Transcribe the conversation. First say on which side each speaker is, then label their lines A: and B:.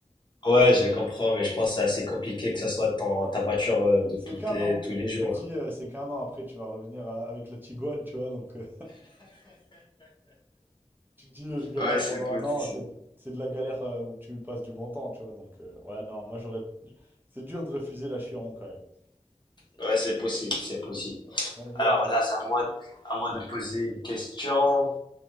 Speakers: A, on the left; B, on the right.
A: Ouais, je comprends, mais je pense que c'est assez compliqué que ça soit ton- ta voiture euh, de
B: C'est
A: toutes
B: qu'un
A: les,
B: an.
A: tous les jours.
B: Je me dis, euh, c'est qu'un an après, tu vas revenir à- avec la Tiguan, tu vois, donc. euh, Tu te dis, euh, je galère
A: Ouais, c'est
B: pendant
A: possible.
B: un an, c'est c'est de la galère euh, où tu passes du bon temps, tu vois. Donc, euh, ouais, non, moi j'aurais. C'est dur de refuser la Chiron quand même.
A: Ouais, c'est possible, c'est possible.
B: Vas-y,
A: Alors
B: à toi.
A: là, c'est à moi, à moi de poser une question.